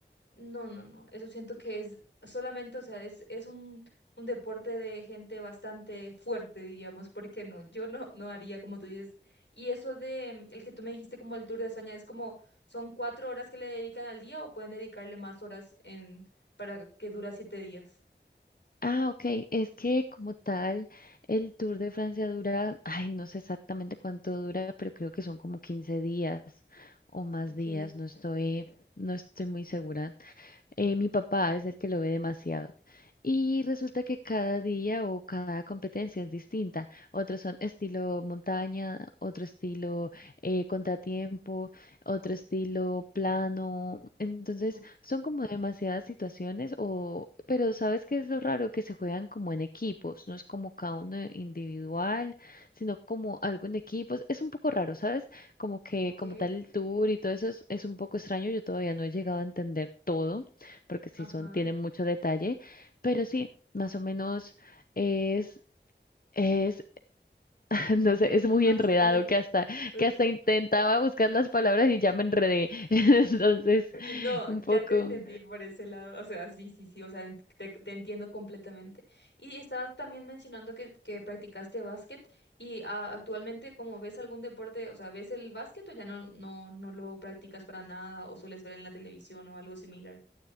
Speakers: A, on the left; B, on the left.
A: no, no, no. Eso siento que es solamente, o sea, es, es un, un deporte de gente bastante fuerte, diríamos, porque no, yo no, no haría como tú dices. Y eso de mm, el que tú me dijiste como el Tour de España, es como, ¿son cuatro horas que le dedican al día o pueden dedicarle más horas en, para que dura siete días?
B: Ah, ok. Es que como tal, el Tour de Francia dura, ay, no sé exactamente cuánto dura, pero creo que son como 15 días o más
A: Ok,
B: días. No estoy, no estoy muy segura. Eh, mi papá es el que lo ve demasiado. Y resulta que cada día o cada competencia es distinta. Otros son estilo montaña, otro estilo eh, contratiempo, otro estilo plano. Entonces,
A: u-
B: son como demasiadas situaciones o, pero ¿sabes qué es lo raro? Que se juegan como en equipos, no es como cada uno individual, sino como algo en equipos. Es un poco raro, ¿sabes? Como que
A: ok,
B: como tal el tour y todo eso es, es un poco extraño. Yo todavía no he llegado a entender todo porque sí
A: ajá.
B: son, tienen mucho detalle, pero sí, más o menos es, es, <laughs> no sé, es muy
A: Más,
B: enredado
A: <laughs>
B: que hasta,
A: ok.
B: que hasta intentaba buscar las palabras y ya me enredé. <laughs> Entonces,
A: Sí, no,
B: un
A: ya
B: poco.
A: te entendí por ese lado, o sea, sí, sí, sí, o sea, ent- te, te entiendo completamente. Y estabas también mencionando que, que practicaste básquet y ah, actualmente, como ves algún deporte, o sea, ¿ves el básquet o ya no, no, no lo practicas para nada o sueles ver en la televisión o algo similar?